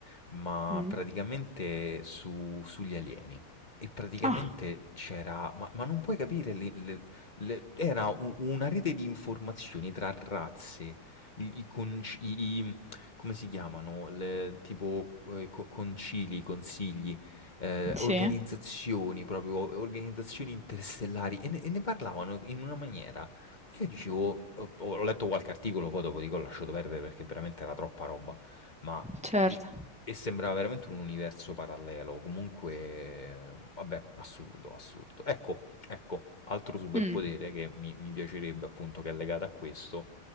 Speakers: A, on the left; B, in the centre.
A: ma
B: Mm.
A: praticamente su- sugli alieni. E praticamente
B: Ah,
A: c'era, ma, ma non puoi capire, le- le- le- era u- una rete di informazioni tra razze, i, i, conci- i- come si chiamano? Le, tipo eh, co- concili, consigli, eh,
B: sì.
A: organizzazioni, proprio organizzazioni interstellari e ne, e ne parlavano in una maniera che io dicevo, ho, ho letto qualche articolo, poi dopo dico ho lasciato perdere perché veramente era troppa roba, ma
B: Certo.
A: di- e sembrava veramente un universo parallelo, comunque, eh, vabbè, assurdo, assurdo. Ecco, ecco, altro superpotere
B: Mm.
A: che mi, mi piacerebbe appunto che è legato a questo,